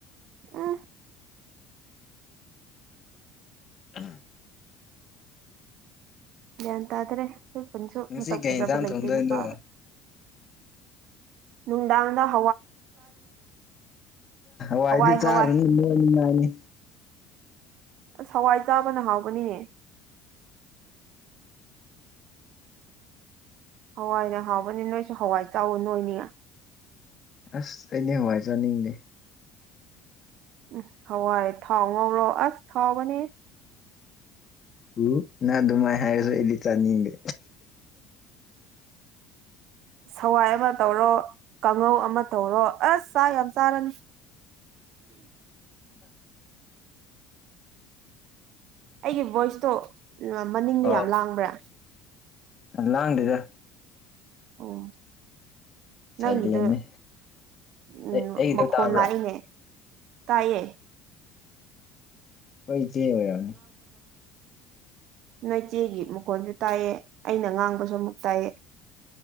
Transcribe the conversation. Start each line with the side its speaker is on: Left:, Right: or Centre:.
Right: ꯑ
Left: ꯎꯝ
Right: ꯒ꯭ꯌꯥꯟ ꯇꯥꯗꯔꯦ ꯑꯩꯈꯣꯏ ꯈꯨꯟꯁꯨ
Left: ꯉꯁꯤ
Right: ꯃꯁꯛ
Left: ꯀꯩ
Right: ꯐꯖꯕ
Left: ꯌꯦꯟꯁꯥꯡ
Right: ꯂꯩꯇꯦ
Left: ꯊꯣꯡꯗꯣꯏꯅꯣ
Right: ꯅꯨꯄꯥꯗ ꯅꯨꯡꯗꯥ ꯑ
Left: ꯋꯥꯥꯏꯗꯤ
Right: ꯍꯋꯥꯏ
Left: ꯆꯥꯔꯅꯤꯅꯤ
Right: ꯍꯋꯥꯏ ꯑꯁ ꯍꯋꯥꯏ ꯆꯥꯕꯅ ꯍꯥꯎꯕꯅꯤ ꯍꯋꯥꯏꯅ ꯍꯥꯎꯕꯅꯤ ꯅꯣꯏꯁꯨ ꯍꯋꯥꯏ ꯆꯥꯎꯋ ꯅꯣꯏꯅꯤ
Left: ꯑꯁ ꯑꯩꯅꯦ ꯍꯥꯏꯖꯅꯤꯡꯗꯦ
Right: ꯎꯝ ꯍꯋꯥꯏ ꯊꯥꯎ ꯉꯧꯔꯣ ꯑꯁ ꯊꯥꯎꯕꯅꯦ
Left: ꯎ ꯅ ꯑꯗꯨꯃꯥꯏ ꯍꯥꯏꯔꯁꯨ ꯑꯩꯗꯤ ꯆꯥꯅꯤꯡꯗꯦ
Right: ꯁꯋꯥꯏ ꯑꯃ ꯇꯧꯔꯣ ꯀꯥꯡꯉꯧ ꯑꯃ ꯇꯧꯔꯣ ꯑꯁ ꯆꯥꯛ ꯌꯥꯝ ꯆꯥꯔꯅꯤ ꯑꯩꯒꯤ ꯚꯣꯏꯁꯇꯣ ꯃꯅꯤꯡꯗꯣ
Left: ꯑꯣ
Right: ꯌꯥꯝ ꯂꯥꯡꯕ꯭ꯔꯥ
Left: ꯂꯥꯡꯗꯦꯗ
Right: ꯑꯣ ꯅꯪꯒꯤꯗꯣ
Left: ꯁꯥꯏꯂꯦꯟꯅꯦ
Right: ꯎꯝ
Left: ꯑꯩ ꯑꯩꯒꯤꯗꯣ
Right: ꯃꯈꯣꯟ
Left: ꯇꯥꯕ꯭ꯔꯥ
Right: ꯂꯥꯛꯏꯍꯦ ꯇꯌꯦ
Left: ꯍꯣꯏ ꯏꯆꯦ ꯑꯣꯏꯔꯕꯝꯅꯦ
Right: ꯅꯣꯏꯆꯦꯒꯤ ꯃꯀꯣꯟ ꯇꯥꯏꯌꯦ ꯑꯩꯅ ꯉꯥꯡꯕꯁꯨ ꯑꯃꯨꯛ ꯇꯥꯏꯌꯦ